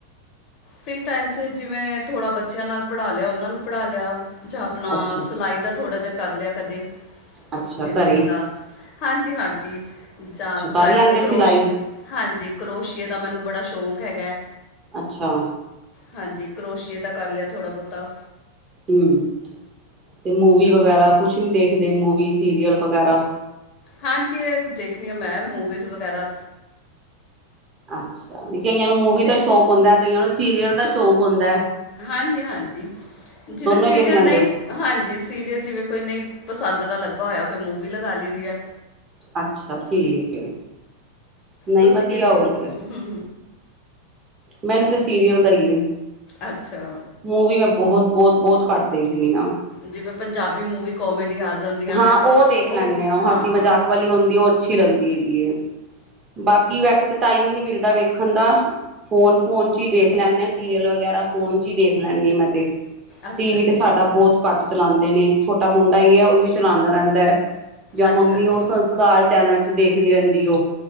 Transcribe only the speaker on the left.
ਫਰੀ ਟਾਇਮ 'ਚ ਜਿਵੇਂ ਥੋੜ੍ਹਾ ਬੱਚਿਆਂ ਨਾਲ ਪੜ੍ਹਾਂ ਲ਼ਿਆ, ਉਹਨਾਂ ਨੂੰ ਪੜ੍ਹਾਂ ਲ਼ਿਆ। ਜਾਂ ਆਪਣਾ
ਸਿਲਾਈ ਦਾ ਥੋੜਾਂ ਜਾ ਕਰ ਲ਼ਿਆ ਕਦੇ,
ਦਿਲ
ਕੀਤਾ।
ਹਾਂਜੀ- ਹਾਂਜੀ ਜਾਂ
ਸਵੈਟਰ
ਕਰੋਸ਼
ਹਾਂਜੀ ਕਰੋਸ਼ੀਏ ਦਾ ਮੈਨੂੰ ਬੜਾ ਸ਼ੌਕ ਹੈਗਾ।
ਹਾਂਜੀ, ਕਰੋਸ਼ੀਏ ਦਾ ਕਰ ਲਿਆ ਥੋੜਾਂ ਬਹੁਤਾ।
ਤ
ਹਾਂਜੀ, ਏ ਦੇਖਣੀ ਆ ਮੈਂ ਮੂਵੀਜ਼ ਵਗੈਰਾ।
ਸੀ
ਹਾਂਜੀ- ਹਾਂਜੀ ਜਿਵੇਂ ਸੀਰੀਅਲ
ਨਈ
ਹਾਂਜੀ ਸੀਰੀਅਲ ਜਿਵੇਂ ਕੋਈ ਨਹੀਂ ਪਸੰਦ ਦਾ ਲੱਗਾ ਹੋਇਆਂ, ਫਿਰ ਮੂਵੀ ਲਗਾ ਲਈਦੀ ਆ।
ਤੁਸੀਂ
ਕਿੱਦਾਂ
ਹੂੰ
ਅੱਛਾ।
ਜਿਵੇਂ ਪੰਜਾਬੀ ਮੂਵੀ ਕੋਮੇਡੀ ਆ ਜਾਂਦੀਆਂ
ਨੇ
ਹਾਂ
ਹਾਂ
ਅੱਛਾ
ਜੀ
ਅੱਛਾ
ਜੀ